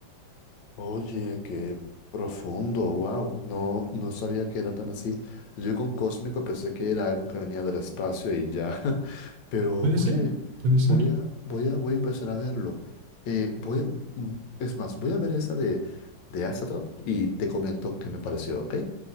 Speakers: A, on the left; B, on the right.
A: Oye, qué profundo, wow, no, no sabía que era tan así. Yo con Cósmico pensé que era algo que venía del espacio y ya, <laughs> pero
B: Puede
A: oye,
B: ser, puede ser.
A: voy a, voy a, voy a empezar a verlo. Eh, voy a- mm, es más, voy a ver esa de, de Astaroth y te comento qué me pareció, ¿ok?